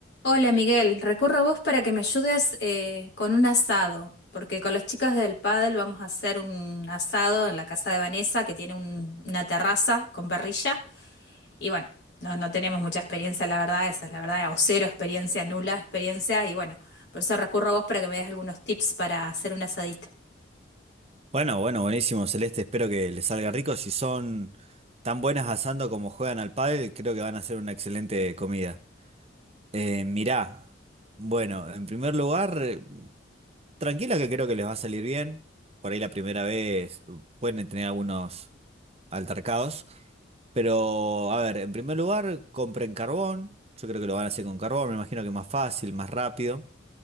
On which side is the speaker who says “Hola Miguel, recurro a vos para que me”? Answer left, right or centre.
Left